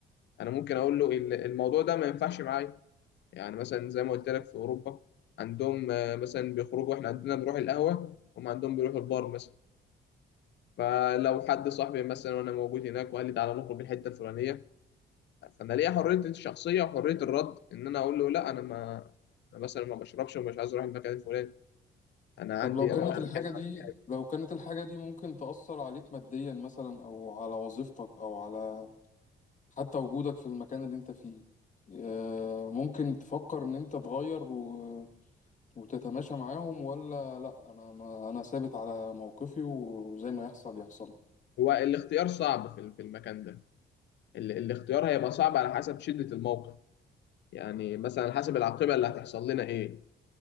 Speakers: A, on the left; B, on the left.
A: انا ممكن اقول له ال- الموضوع ده ما ينفعش معايا يعني مثلا زي ما قلت لك في اوروبا عندهم آه، مثلا بيخرجوا احنا عندنا بنروح القهوه هم عندهم بيروحوا البار مثلا فلو حد صاحبي مثلا وانا موجود هناك وقال لي تعالى نخرج الحته الفلانيه فانا ليا حريه الشخصيه وحريه الرد ان انا اقول له لا انا ما أنا مثلا ما بشربش ومش عايز اروح المكان الفلاني انا
B: طب
A: عندي
B: لو كانت
A: انا طبعا
B: الحاجة
A: أنا طبعا.
B: دي
A: بحب يعني
B: لو كانت الحاجة دي ممكن تأثر عليك ماديا مثلا او على وظيفتك او على حتى وجودك في المكان اللي انت فيه آه، ممكن تفكر ان انت تغير و... وتتماشى معاهم ولا لا انا ما انا ثابت على موقفي وزي ما يحصل يحصل
A: هو الاختيار صعب في ال- في المكان ده ال- الاختيار هيبقى صعب على حسب شده الموقف يعني مثلا على حسب العاقبه اللي هتحصل لنا ايه